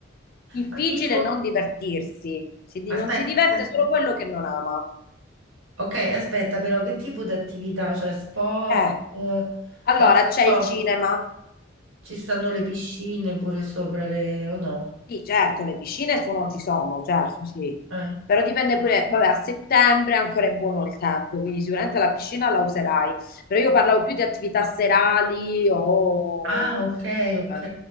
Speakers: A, on the left (about 50°); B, on the right (about 75°).
A: Difficile
B: Ma tipo,
A: non divertirsi, si di-
B: aspetta,
A: non si diverte
B: aspetta.
A: solo quello che non ama.
B: Ok, aspetta, però che tipo di attività? Cioè, sport?
A: Eh,
B: Eh,
A: allora
B: ho-
A: c'è
B: so,
A: il cinema,
B: ci sta- ci stanno le piscine pure sopra le... o no?
A: Sì, certo, le piscine sono- ci sono, certo, sì.
B: Eh.
A: Però dipende pure, vabbè, a settembre ancora è buono il tempo, quindi sicuramente la piscina la userai. Però io parlavo più di attività serali o
B: Ah, ok, ok.
A: eh,